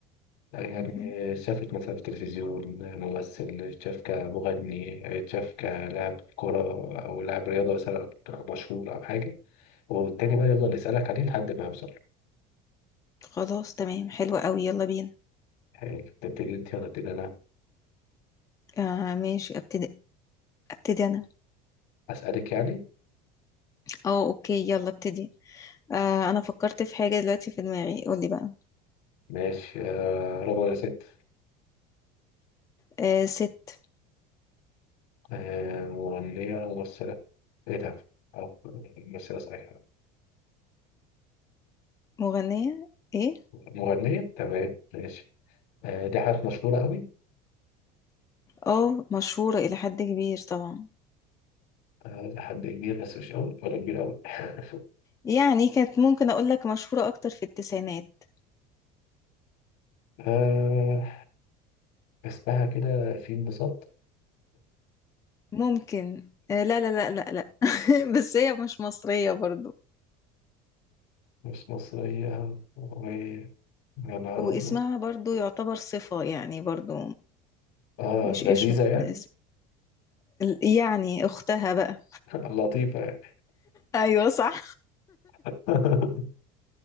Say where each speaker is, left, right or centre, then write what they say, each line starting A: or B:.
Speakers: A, on the left; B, on the left.
A: آه، يعني
B: مهم.
A: شافت مثلا في التلفزيون ممثل شاف كمغني شاف كلاعب كرة أو لاعب رياضة مثلا مشهور أو حاجة والتاني بقى يفضل يسألك عليه لحد ما يوصل
B: خلاص تمام حلوه قوي يلا بينا
A: حلو تبتدي أنت ولا أبتدي أنا
B: آه ماشي ابتدي ابتدي انا
A: أسألك يعني
B: اه اوكي يلا ابتدي آه انا فكرت في حاجه دلوقتي في دماغي قولي بقى
A: ماشي آه، رضوى يا ست
B: آه ست
A: آه، مغنية ولا ممثلة ايه ده؟ أو ممثلة صحيحة
B: مغنيه ايه
A: مغنية تمام ماشي آه، دي حاجات مشهورة قوي
B: اه مشهوره الى حد كبير طبعا
A: آه، لحد كبير بس مش قوي ولا كبير قوي <laughs>
B: يعني كانت ممكن اقول لك مشهوره اكتر في التسعينات
A: آه، اسمها كده في انبساط
B: ممكن آه لا لا لا لا لا <laughs> بس هي مش مصريه برضو
A: مش مصرية و يا نهار
B: واسمها
A: أبيض
B: برضو يعتبر صفة يعني برضو
A: اه
B: مش
A: لذيذة
B: اسم
A: يعني
B: اسم يعني اختها بقى
A: <laughs> لطيفة يعني
B: ايوه صح
A: <laughs>